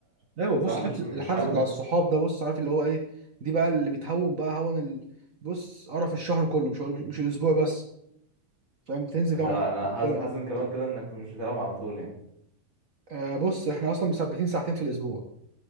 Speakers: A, on the right; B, on the right.
A: ايوه
B: بصراحه
A: بص حجز
B: مش مش
A: الحجز
B: حابب
A: بتاع الصحاب ده بص عارف اللي هو ايه دي بقى اللي بتهون بقى هون ال... بص قرف الشهر كله مش هقول- مش الاسبوع بس فاهم بتنزل
B: انت
A: كده
B: انا
A: مع صحابك
B: حاسس
A: تلعب
B: حاسس
A: وبت-
B: من كلامك كده انك مش بتلعب على طول يعني
A: آه بص احنا اصلا مثبتين ساعتين في الاسبوع